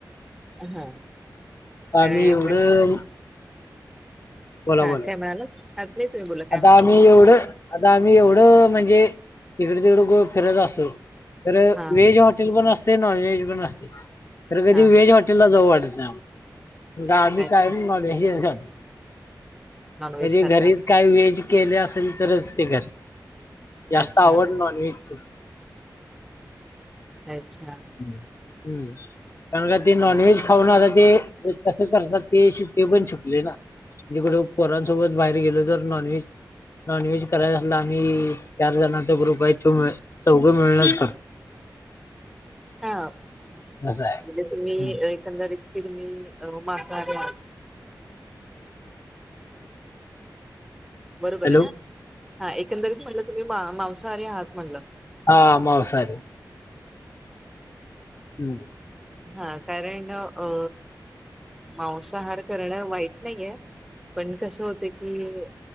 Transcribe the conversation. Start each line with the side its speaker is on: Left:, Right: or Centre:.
Centre: हा
Left: आम्ही
Centre: काय
Left: एवढं बोला
Centre: हा
Left: बोला
Centre: काय म्हणालात, नाही तुम्ही बोला! काय
Left: आता
Centre: म्हणता
Left: आम्ही एवढं आता आम्ही एवढं म्हणजे इकडं तिकडं फिरत असतो. तर
Centre: हा
Left: व्हेज हॉटेल पण असतंय नॉनव्हेज पण असतंय तर कधी
Centre: हा
Left: व्हेज हॉटे हॉटेल ला जाव वाटत नाही, आम्ही
Centre: अच्छा
Left: कायम नॉनव्हेज खातो.
Centre: नॉनव्हेज
Left: म्हणजे
Centre: खाता
Left: घरीच काही व्हेज केल असेल तरच ते घर जास्त
Centre: अच्छा
Left: आवड नॉनव्हेजच.
Centre: अच्छा!
Left: हम्म! कारण का ते नॉनव्हेज खाऊन आता ते कसं करतात ते शिट्टी पण शिकलोय ना. कुठ पोरांसोबत बाहेर गेलो तर नॉनव्हेज नॉनव्हेज करायला असल आम्ही चार जणचा ग्रुप आहे तो चौघं मिळणच कर
Centre: हा म्हणजे
Left: असं आहे
Centre: तुम्ही
Left: हम्म.
Centre: एकंदरीतकी तुम्ही मांसाहारी आहात. बरोबर
Left: हॅलो
Centre: आहे ना? हा एकंदरीत म्हणलं तुम्ही मांसाहारी आहात म्हणलं!
Left: हा मांसाहारी. हम्म!
Centre: हा कारण अ मांसाहार करणं वाईट नाहीये. पण कसं होतय की